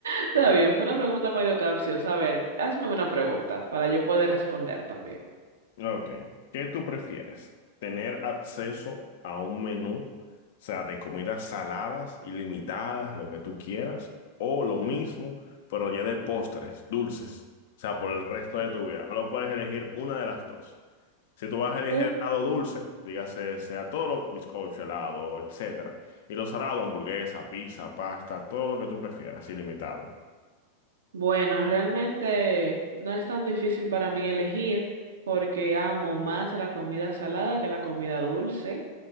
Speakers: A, on the right (about 65°); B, on the left (about 50°).
A: Está bien, fue una pregunta medio capciosa. A ver, hazme una pregunta para yo poder responder también.
B: Ok. ¿Qué tú prefieres? ¿Tener acceso a un menú, o sea, de comidas saladas, ilimitadas, lo que tú quieras, o lo mismo, pero ya de postres, dulces, o sea, por el resto de tu vida? Solo puedes elegir una de las dos. Si tú vas a elegir
A: Ok.
B: helado dulce, dígase, sea todo lo bizcocho, helado, etcétera, y lo salado, hamburguesa, pizza, pasta, todo lo que tú prefieras, ilimitado.
A: Bueno, realmente no es tan difícil para mí elegir porque amo más la comida salada que la comida dulce.